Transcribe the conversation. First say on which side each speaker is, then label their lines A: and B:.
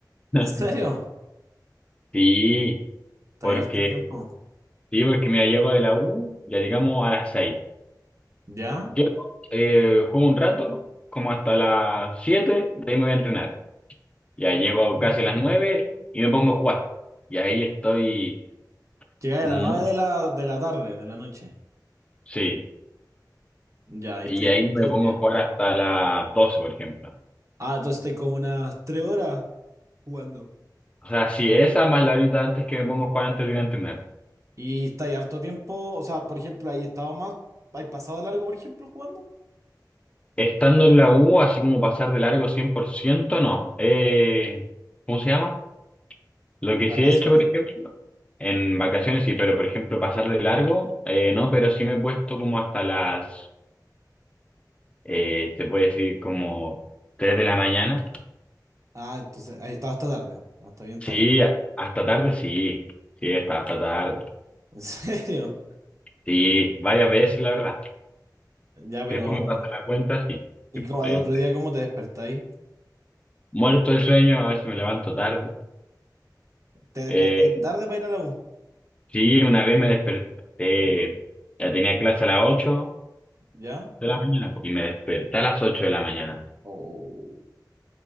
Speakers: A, on the left (about 15°); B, on the right (about 45°).
A: <laughs>
B: ¿En serio?
A: Sí,
B: Está
A: porque,
B: ahí harto tiempo.
A: sí, porque mira, llego de la U, ya llegamos a las seis.
B: ¿Ya?
A: Yo eh, juego un rato, como hasta las siete de ahí me voy a entrenar. Ya llego casi a las 9 y me pongo a jugar. Y ahí estoy
B: Llegáis
A: mucho,
B: a las 9 de la, de la tarde, de la noche.
A: sí.
B: Ya, y
A: Y
B: estáis
A: ahí me
B: todo el
A: pongo
B: día.
A: a jugar hasta las doce por ejemplo.
B: Ah, entonces estáis como unas 3 horas jugando.
A: O sea, sí, esa más la horita antes que me pongo a jugar antes de ir a entrenar.
B: ¿Y estáis harto tiempo? O sea, por ejemplo, ¿hay estado más, hay pasado largo, por ejemplo, jugando?
A: Estando en la U, así como pasar de largo 100% no. Eh, ¿cómo se llama? Lo que
B: Vacaciones.
A: sí he hecho, por ejemplo, en vacaciones sí, pero por ejemplo pasar de largo, eh, no, pero sí me he puesto como hasta las Eh, te puedes ir como 3 de la mañana.
B: Ah, entonces, ahí estaba hasta tarde, hasta bien
A: Sí,
B: tarde.
A: hasta tarde, sí. Sí, hasta, hasta tarde.
B: ¿En serio?
A: Sí, varias veces, la verdad.
B: Ya, pero.
A: Que Después me pasa la cuenta, sí.
B: ¿Y
A: Que-
B: cómo-
A: El-
B: el otro día cómo te despertáis?
A: Muerto de sueño, a veces me levanto tarde.
B: ¿Te despertáis
A: Eh,
B: tarde para ir a la U?
A: sí, una vez me desperté, ya tenía clase a las ocho
B: ¿Ya?
A: de la mañana po, y me desperté a las 8 de la mañana.
B: ¿O